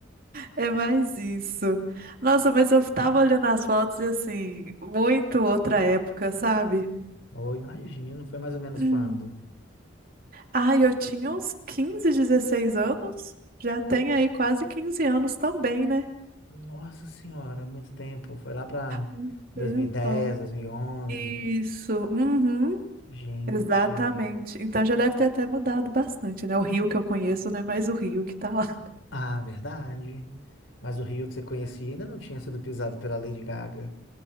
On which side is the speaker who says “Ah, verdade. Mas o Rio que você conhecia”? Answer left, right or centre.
Left